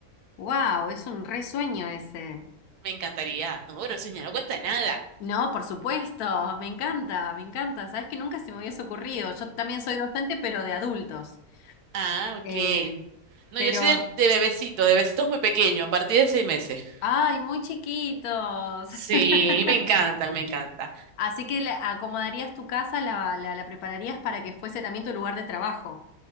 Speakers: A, on the left; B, on the right.
A: wow, es un resueño ese.
B: Me encantaría. No, pero señora, no cuenta nada.
A: No, por supuesto, me encanta, me encanta. Sabes que nunca se me hubiese ocurrido. Yo también soy docente, pero de adultos.
B: Ah, ok.
A: Eh,
B: No,
A: pero,
B: yo soy de, de bebecito, de bebecitos muy pequeño, a partir de seis meses.
A: ay, muy chiquitos.
B: Sí,
A: <laughs>
B: me encanta, me encanta.
A: Así que le acomodarías tu casa, la, la, la prepararías para que fuese también tu lugar de trabajo.